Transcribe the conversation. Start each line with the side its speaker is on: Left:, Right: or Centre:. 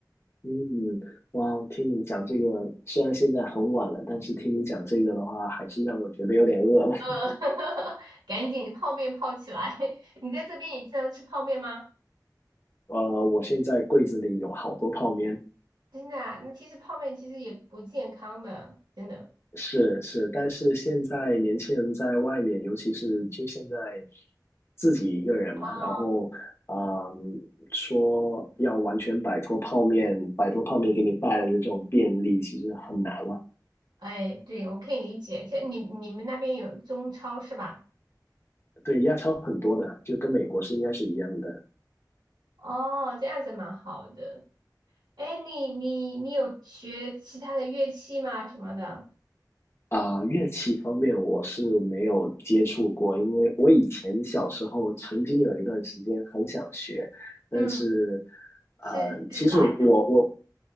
Left: 嗯，哇，听你讲这个，虽然现在很晚了，但是听你讲这个的话，还是让我觉得有点饿了。<laughs>
Right: 呃，<laughs> 赶紧泡面泡起来！<laughs> 你在这边也经常吃泡面吗？
Left: 呃，我现在柜子里有好多泡面，
Right: 真的啊，那其实泡面其实也不健康的，真的。
Left: 是是，但是现在年轻人在外面，尤其是就现在自己一个人嘛，
Right: 哦，
Left: 然后啊嗯，说要完全摆脱泡面，摆脱泡面给你带来的这种便利，其实很难了。
Right: 哎，对，我可以理解。像你你们那边有中超是吧？
Left: 对，亚超很多的，就跟美国是应该是一样的。
Right: 哦，这样子蛮好的。哎，你你你有学其他的乐器吗？什么的？
Left: 啊、乐器方面我是没有接触过，因为我以前小时候曾经有一段时间很想学，但是，
Right: 嗯，
Left: 啊，
Right: 是是，
Left: 其实我我我，
Right: 来，